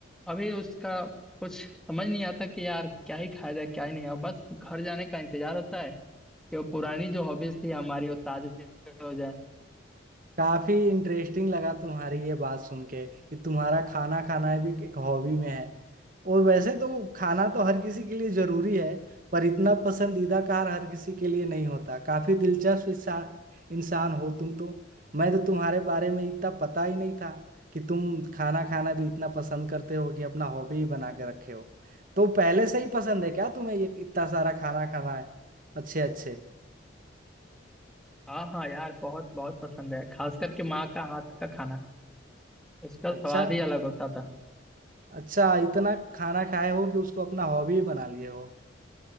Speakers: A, in the centre; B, on the right.
A: अभी उसका कुछ समझ नहीं आता कि यार क्या ही खाया जाए क्या ही नहीं और बस घर जाने का इंतजार होता है कि वो पुरानी जो हॉबीज थी हमारी वो ताजे हो जाए
B: काफी इंटरेस्टिंग लगा तुम्हारी ये बात सुन के कि तुम्हारा खाना खाना भी एक हॉबी में है और वैसे तो खाना तो हर किसी के लिए जरूरी है पर इतना पसंदीदा कार हर किसी के लिए नहीं होता काफी दिलचस्प इंसान इंसान हो तुम तो मैं तो तुम्हारे बारे में इतना पता ही नहीं था कि तुम खाना खाना भी इतना पसंद करते हो कि अपना हॉबी ही बना के रखे हो तो पहले से ही पसंद है क्या तुम्हें ये इतना सारा खाना खाना है अच्छे अच्छे
A: हाँ हाँ यार बहुत बहुत पसंद है खास करके माँ का हाथ का खाना उसका स्वाद
B: अच्छा
A: ही अलग होता था
B: अच्छा इतना खाना खाए हो कि उसको अपना हॉबी ही बना लिए हो